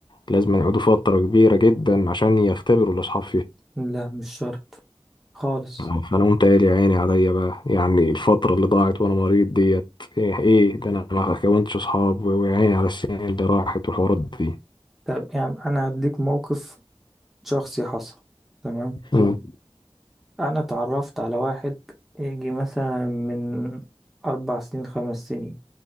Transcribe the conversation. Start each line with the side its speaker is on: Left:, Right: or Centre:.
Left: لازم يقعدوا فترة كبيرة جدا عشان يختبروا الاصحاب
Centre: لا مش شرط خالص
Left: آه، فانا قمت قايل يا عيني عليا بقى يعني الفتره اللي ضاعت وانا مريض ديت ايه ايه ده انا ما كونتش اصحاب و- ويا عيني على السنين اللي راحت والحوارات دي
Centre: طب يعني انا هديك موقف شخصي حصل تمام
Left: مم،
Centre: انا اتعرفت على واحد يجي مثلا من اربع سنين خمس سنين